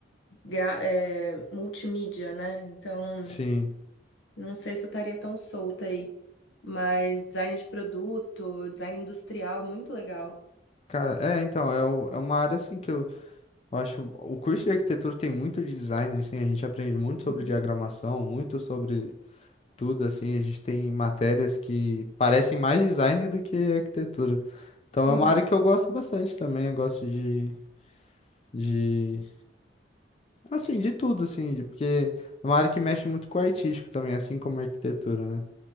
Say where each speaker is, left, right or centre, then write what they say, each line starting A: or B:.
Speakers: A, on the left (about 80°); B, on the left (about 35°).
A: gra- é, multimídia, né? Então
B: assim...
A: não sei se eu estaria tão solta aí, mas design de produto, design industrial, muito legal.
B: Cara, é, então, é, o- é uma área, assim, que eu, eu acho... O curso de arquitetura tem muito de design, assim, a gente aprende muito sobre
A: Uhum.
B: diagramação, muito sobre tudo, assim, a gente tem matérias que parecem mais design do que arquitetura. Então,
A: Uhum.
B: é uma área que eu gosto bastante também, eu gosto de De, assim, de tudo, assim, de- porque é uma área que mexe muito com o artístico também, assim como a arquitetura, né?